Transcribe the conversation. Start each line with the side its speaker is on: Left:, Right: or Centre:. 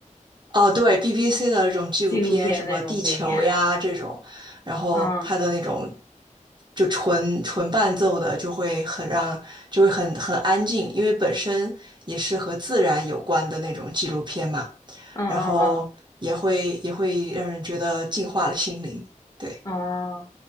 Right: 哦，对，BBC 的这种纪录片，
Left: 纪录片那种配音，
Right: 什么地球呀这种，然后它的那种
Left: <laughs> 嗯
Right: 就纯纯伴奏的，就会很让，就会很很安静，因为本身也是和自然有关的那种纪录片嘛，
Left: 嗯嗯嗯
Right: 然后也会也会让人觉得净化了心灵。对，
Left: 嗯。